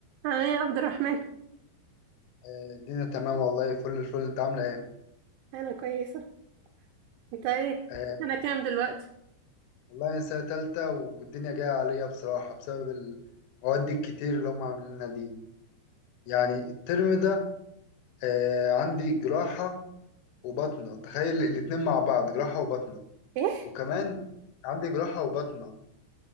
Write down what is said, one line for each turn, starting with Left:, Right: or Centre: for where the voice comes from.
Right: اه يا عبد الرحمن
Left: آه، الدنيا تمام والله فل الفل انت عامله ايه
Right: انا كويسه انت ايه
Left: آه،
Right: انا كام دلوقتي
Left: والله انا سنه تالتة والدنيا جايه عليا بصراحه بسبب المواد الكتير اللي هم عاملينها دي يعني الترم ده آه، عندي جراحه وبطنه تخيل الاتنين مع بعض جراحه وبطنه
Right: ايه
Left: وكمان عندي جراحه وبطنه